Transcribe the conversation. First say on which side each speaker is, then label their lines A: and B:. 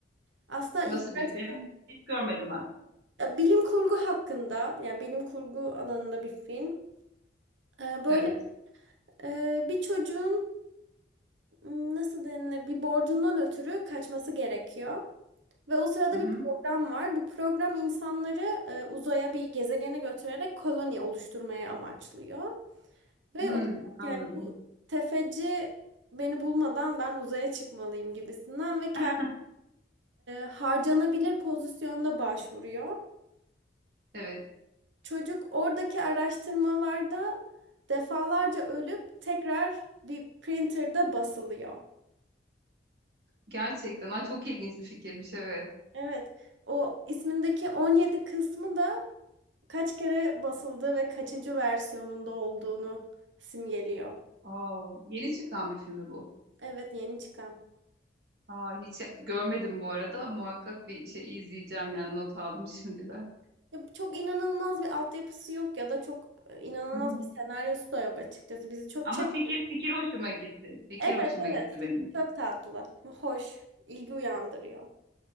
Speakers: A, on the right; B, on the right.
A: Aslında
B: Nasıl
A: ilk
B: bir
A: baş-
B: film? Hiç görmedim ben.
A: e, bilim kurgu hakkında ya bilim kurgu alanında bir film. E, böyle
B: Evet.
A: e, bir çocuğun m, nasıl denilir bir borcundan ötürü kaçması gerekiyor. Ve o sırada
B: Hı hı.
A: bir program var. Bu program insanları e, uzaya bir gezegene götürerek koloni oluşturmaya amaçlıyor. Ve
B: Hmm,
A: o da
B: anladım.
A: yani bu tefeci beni bulmadan ben uzaya çıkmalıyım gibisinden ve kendi
B: <laughs>
A: harcanabilir pozisyonda başvuruyor.
B: Evet.
A: Çocuk oradaki araştırmalarda defalarca ölüp tekrar bir printer'da basılıyor.
B: Gerçekten. Ay, çok ilginç bir fikirmiş evet.
A: Evet. O ismindeki 17 kısmı da kaç kere basıldığı ve kaçıncı versiyonunda olduğunu simgeliyor.
B: Aa, yeni çıkan bir film mi bu?
A: Evet yeni çıkan.
B: Aa, hiç görmedim bu arada. Muhakkak bir şey izleyeceğim yani not aldım <laughs> şimdiden.
A: Ya çok inanılmaz bir altyapısı yok ya da çok e, inanılmaz
B: Hı hı.
A: bir senaryosu da yok açıkçası. Bizi çok
B: Ama
A: çek.
B: fikir fikir hoşuma gitti. Fikir
A: Evet
B: hoşuma
A: evet.
B: gitti
A: Fikri
B: benim.
A: çok tatlı. Hoş. ilgi uyandırıyor.